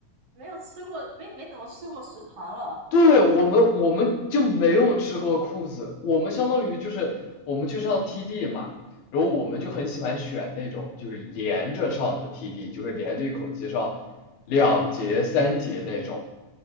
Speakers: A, on the right; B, on the left.
A: 没有吃过，没没怎么吃过食堂了。
B: 对，我们我们就没有吃过裤子，我们相当于就是我们去上 TD 嘛，然后我们就很喜欢选那种就是连着上的
A: 嗯
B: TD，就是连着一口气上两节三节那种。